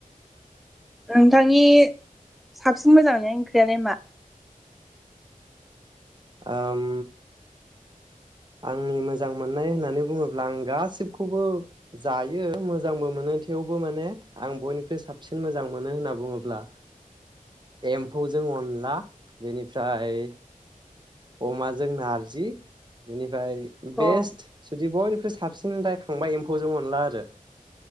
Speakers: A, in the centre; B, on the right.
A: नोंथांनि साबसिन मोजां मोननाय ओंख्रियालाय मा
B: ओम आंनि मोजां मोननाय होननानै बुङोब्ला आं गासिबखौबो जायो मोजांबो मोनो थेवबो माने आं बयनिख्रुइ साबसिन मोजां मोनो होनना बुङोब्ला एम्फौजों अनला बेनिफ्राय अमाजों नारजि बिनि फ्राय
A: अ औ
B: बेस्ट जुदि बय साबसिन रायखांबा एम्फौजों अनला आरो